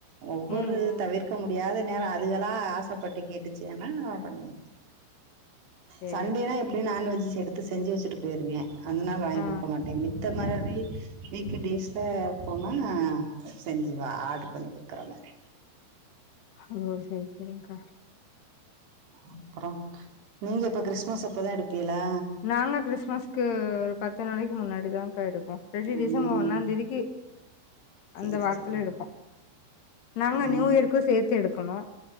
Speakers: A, on the right (about 60°); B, on the left (about 65°).
A: ஒவ்வொரு
B: ம் ம்
A: தவிர்க்க முடியாத நேரோ அதுகல்லா ஆசப்பட்டு கேட்டுச்சுன்னா பண்ணி வெச்சு
B: செரி
A: சண்டே
B: அக்கா
A: எப்படியு
B: செரி
A: நான்வெஜ்ஸ் எடுத் செஞ்சு வச்சுட்டு போயிருவே அதநாளே வாங்கி
B: ஆ
A: கொடுக்க மாட்டே மித்த மாரி விக்கெண்டு டேஸ்ல போனா செஞ்சு வா ஆர்டரு பண்ணி குடுக்குற மாரி
B: ஓ சேரி சேரிங்க்கா
A: அப்பறோ நீங்க எப்போ கிறிஸ்மஸ் அப்பதா எடுப்பிங்கலா
B: நாங்களு கிறிஸ்மஸ்க்கு ஒரு பத்து நாளைக்கு முன்னாடி தாங்கா எடுப்போ இல்லா டி டிசம்பர்
A: ம்
B: ஒன்னா தேதிக்கு
A: சேரி
B: அந்த வாரத்துல
A: சேரி
B: எடுப்போ நாங்க
A: ஆ
B: நியூ இயருக்கு சேர்த்து எடுக்கணு